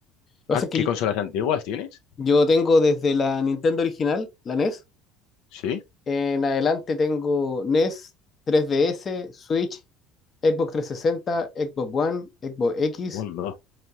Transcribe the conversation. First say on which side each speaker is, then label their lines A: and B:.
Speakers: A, on the left; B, on the left.
A: que pasa
B: Ah,
A: es que
B: ¿qué consolas antiguas tienes?
A: yo tengo desde la Nintendo original, la NES,
B: Sí.
A: en adelante tengo NES, 3DS, Switch, Xbox trescientos sesenta, Xbox One, Xbox X.
B: Bueno,